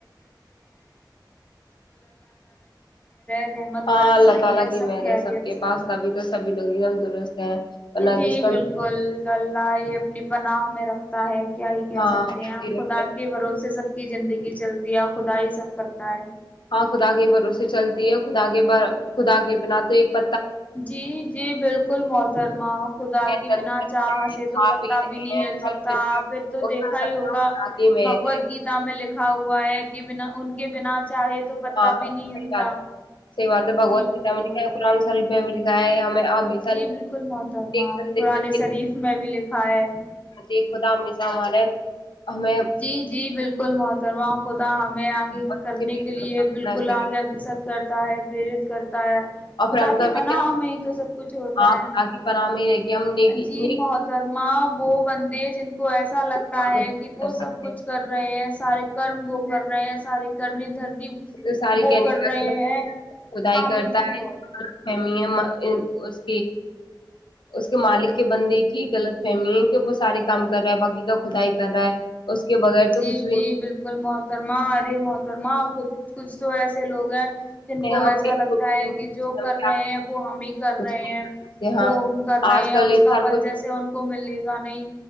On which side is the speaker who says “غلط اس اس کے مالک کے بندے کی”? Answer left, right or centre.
Left